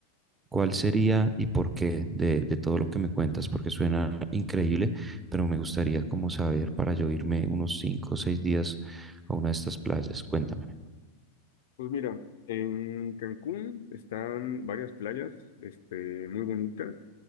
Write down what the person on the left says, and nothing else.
pues mira, en Cancún están varias playas, este, muy bonitas.